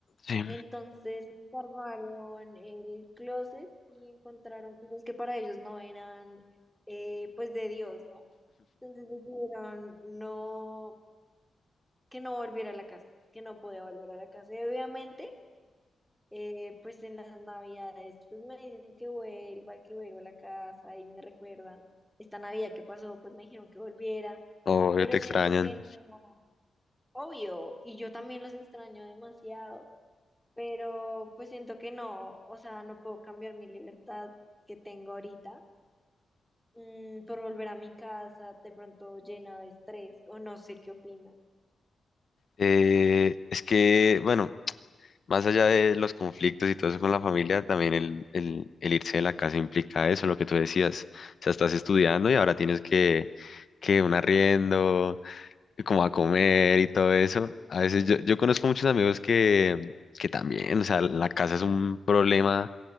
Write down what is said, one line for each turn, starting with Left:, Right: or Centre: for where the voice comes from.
Left: Sí.
Centre: Entonces armaron el closet y encontraron cosas que para ellos no eran eh, pues de Dios, ¿no? Entonces decidieron no, que no volviera a la casa, que no podía volver a la casa. Y obviamente, eh, pues en las navidades, pues me dicen que vuelva, que vuelva a la casa y me recuerdan esta Navidad que pasó, pues me dijeron que volviera,
Left: O
Centre: pero
Left: te extrañan.
Centre: siento que no, obvio, y yo también los extraño demasiado, pero pues siento que no, o sea, no puedo cambiar mi libertad que tengo ahorita. mm, por volver a mi casa de pronto llena de estrés o no sé qué opina.
Left: Eh, es que, bueno, más allá de los conflictos y todo eso con la familia, también el, el, el irse de la casa implica eso, lo que tú decías. O sea, estás estudiando y ahora tienes que, que un arriendo, como a comer y todo eso. A veces yo, yo conozco muchos amigos que, que también, o sea, la casa es un problema